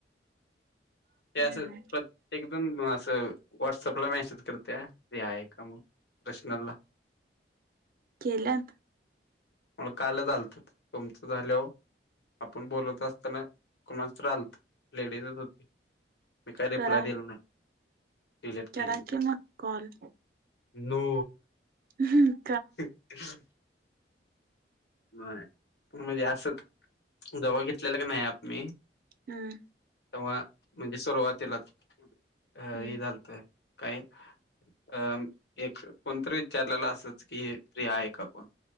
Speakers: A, on the right (about 50°); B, on the left (about 65°).
A: हम्म
B: ते अस प्र प्रत्येक जण असं मेसेज करतोय व्हाट्सअप ला हे हाय का म्हणून पर्सनल ला.
A: केल्यात.
B: हो कालच आलतो, तुमचं झाल्यावर. आपुन बोलत असताना, कोणाचा तरी आलता लेडीजच हुति. मी काय रिप्लाय
A: करा
B: दिला नाय, डिलीट
A: करा
B: केलं..
A: की मग कॉल
B: हॅलो.
A: <unintelligible>
B: <unintelligible> म्हणजे असं, जेव्हा घेतलेलं कनि ॲप मी
A: हम्.
B: तवा म्हणजे सुरुवातीला, हे
A: हम्म
B: झालंत, काय? अ एक कोणतरी विचारलेला असंच, की फ्री आहे का कोण?